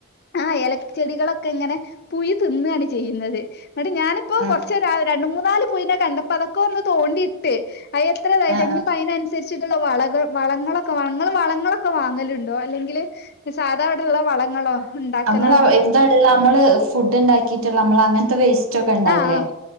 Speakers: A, on the left (about 50°); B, on the right (about 75°).
A: ആ എലച്ചെടികളൊക്കെ ഇങ്ങനെ പുയു തിന്നാണ് ചെയ്ന്നത്. ന്നിട്ട് ഞാനിപ്പോ
B: ആഹ്
A: കുറച്ച് രണ്ട് മൂനാല് പുയുനെ കണ്ടപ്പോ അതൊക്കെ ഒന്ന് തോണ്ടിയിട്ട് അ അത്രായി
B: ആഹ് ആഹ്
A: പയിന അനുസരിച്ചിട്ടുള്ള വള വളങ്ങളൊക്കെ വാണം വളങ്ങളൊക്കെ വാങ്ങലുണ്ടോ അല്ലെങ്കില്. സാധാ അവിടെള്ള വളങ്ങളോ? ഉണ്ടാക്കലാണോ
B: നമ്മള് ഇവിതള്ള നമ്മള് ഫുഡ് ഉണ്ടാക്കീട്ട നമ്മള് അങ്ങനത്തെ വേസ്റ്റ് ഒക്കെ ഉണ്ടാവൂല്ലേ.
A: ആഹ് ആഹ്